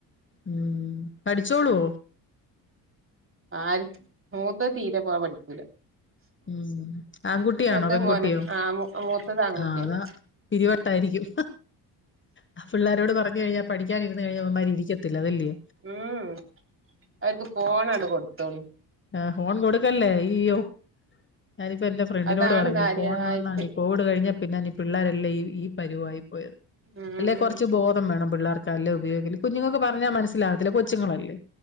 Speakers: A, on the left; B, on the right.
A: ഉം പഠിച്ചോളു
B: ആൽ മൂത്ത തീരെ പോവാ പഠിക്കൂല.
A: ഉം ആൺകുട്ടിയാണോ
B: മൂത്തത്
A: പെൺകുട്ടിയോ
B: മോനാ ആഹ് മൂത്തത് ആൺകുട്ടിയാണ്
A: ആ അതാ പിരിവട്ടായിരിക്കും. ആ പിള്ളാരോട് പറഞ്ഞു കഴിഞ്ഞാ പഠിക്കാനിരുന്നഴിഞ്ഞാ അവന്മാരിരിക്കത്തില്ല അതല്ലോ.
B: ഉം അവർക്ക് ഫോണാണ് കൊടുത്തോളൂ-
A: ആ ഫോൺ കൊടുക്കല്ലേ യ്യോ ഞാനിപ്പോ എന്റെ ഫ്രണ്ടിനോട്
B: അതാണ്
A: പറയുണ്
B: കാര്യായിട്ട്
A: ഫോൺ വന്നാണ് ഈ കോവിഡ് കഴിഞ്ഞ പിന്നെ പിള്ളേരല്ലേ ഈ ഈ പരുവായി പോയത്
B: ഉം
A: അല്ലേ കുറച്ച് ബോധം വേണം പിള്ളേർക്കല്ല ലൊ. ഉപയോ കുഞ്ഞുങ്ങൾക്ക് പറഞ്ഞാ മനസ്സിലാകത്തില്ല കൊച്ചുങ്ങളല്ലേ